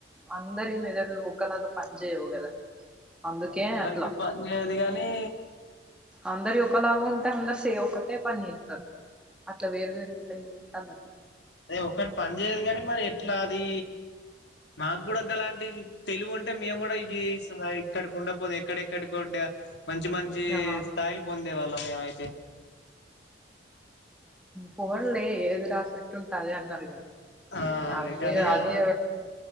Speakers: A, in the centre; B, on the left.
A: అందరి మెదలు ఒకే లాగా పని చేయవు కదా అందుకే
B: అవును అందరికి
A: అట్లా
B: పని చేయదు గాని
A: అందరివి ఒకలాగా ఉంటే అందరు ఒకటే పని చేత్తారు అట్లా వేరు వేరు ఉంటాయి తన
B: అదే ఒక్కటి పని చేయదు కాని మరి ఎట్లా అది మాకు కూడా గలాంటి తెలివు ఉంటే మేము కూడా ఇ ఇక్కడకి ఉండపోతే ఎక్కడెక్కడికో ఉంటే మంచి మంచి
A: ఆ
B: స్థాయిలు పొందేవాళ్ళం మేమైతే
A: ఫోన్లే ఏది రాసి పెట్టి ఉంటే అదే అంటారు కదా
B: ఆ అందుకనిగా
A: అది అదే